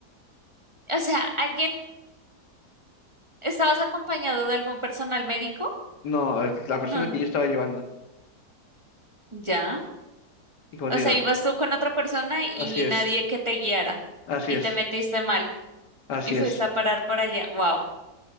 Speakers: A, on the right; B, on the left.
A: O sea, ¿alguien estabas acompañado de algún personal médico?
B: No, eh, la persona
A: No, n-
B: que yo estaba llevando.
A: ya.
B: Y como
A: O
B: te
A: sea,
B: digo,
A: ibas tú con otra persona y
B: así es,
A: nadie que te guiara
B: así
A: y
B: es,
A: te metiste mal
B: así
A: y fuiste
B: es.
A: a parar por allá. Wow.